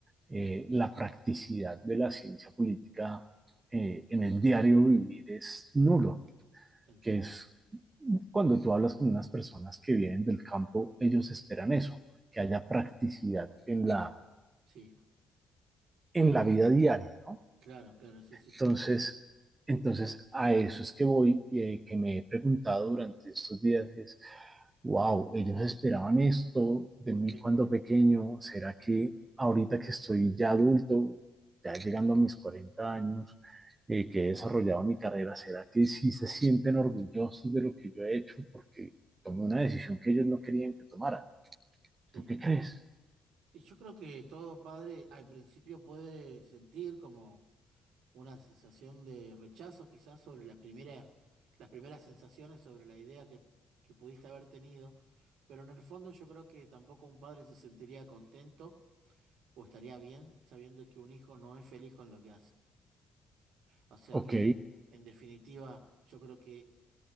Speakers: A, on the right (about 30°); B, on the right (about 65°).
A: eh, la practicidad de la ciencia política eh, en el diario vivir es nulo,
B: Entiendo.
A: que es cuando tú hablas con unas personas que vienen del campo, ellos esperan eso, que haya practicidad en la,
B: Sí,
A: en la vida diaria, ¿no?
B: claro, claro, sí, sí, sí.
A: Entonces, entonces, a eso es que voy, eh, que me he preguntado durante estos días es wow, ellos esperaban esto de mí
B: Eh,
A: cuando pequeño, ¿será que ahorita que estoy ya adulto, ya llegando a mis 40 años, eh, que he desarrollado mi carrera, ¿será que sí se sienten orgullosos de lo que yo he hecho? Porque tomé una decisión que ellos no querían que tomara.
B: sí.
A: ¿Tú qué crees?
B: Y yo creo que todo padre al principio puede sentir como una sensación de rechazo quizás sobre las primeras, las primeras sensaciones, sobre la idea que, que pudiste haber tenido, pero en el fondo yo creo que tampoco un padre se sentiría contento o estaría bien sabiendo que un hijo no es feliz con lo que hace. O sea
A: Ok,
B: que, en definitiva, yo creo que